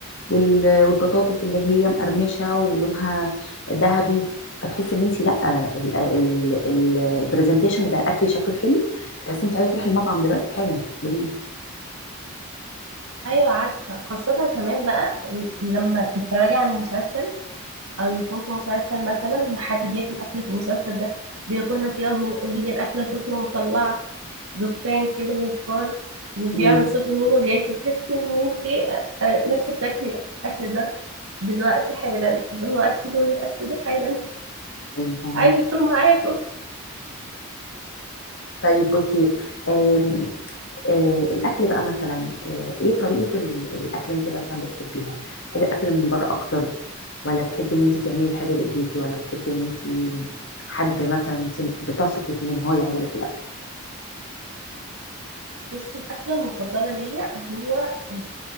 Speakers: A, on the left (about 55°); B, on the right (about 70°).
A: وال... والبطاطس اللي هي مقرمشه ولونها ذهبي فتحس ان انت لا ال- ال- ال- البرزنتيشن بتاع الاكل شكله حلو فتحس ان انت عايزه تروحي المطعم دلوقتي حالا تطلبيه
B: ايوه عارفه خاصه كمان بقى لما تتفرجي على مسلسل او يكون في مسلسل مثلا وحد بياكل اكله في المسلسل ده بياكلها كده وهو- وهي الاكله سخنه مطلعه دخان كده وبخار وبيعمل
A: مم.
B: صوت وهو بياكل بتحس ان انت آه، آه، نفسك تاكلي الاكل ده دلوقتي حالا اللي هو اكلوني الاكل ده حالا
A: ايوه فاهمك.
B: عايزه اكل معاكم
A: طيب بصي آم، آه، الاكل بقى مثلا آه، ايه طريقه ال- الاكل اللي انت مثلا بتحبيها بتحبي الاكل من بره اكتر ولا بتحبي ان انت تعملي الحاجه بايديكي ولا بتحبي ان انت حد مثلا انت بتثقي فيه ان هو يعمل لك الاكل
B: بصي الاكله المفضله ليا هو آه،